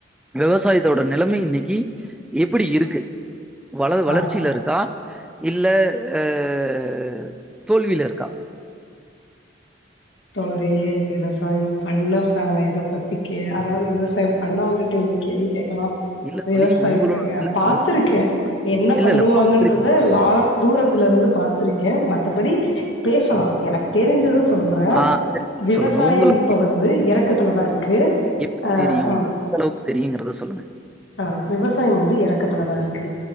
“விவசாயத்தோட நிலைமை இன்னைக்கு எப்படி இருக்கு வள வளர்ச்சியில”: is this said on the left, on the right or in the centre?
Centre